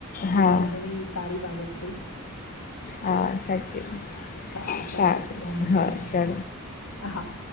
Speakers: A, on the left (about 40°); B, on the left (about 70°).
A: હા
B: એ પણ ઘણી સારી બાબત રેય.
A: હા સાચી વાત
B: સારું સારું ચલો વાંધો
A: સારુ હા
B: નઈ
A: ચલો.
B: હા.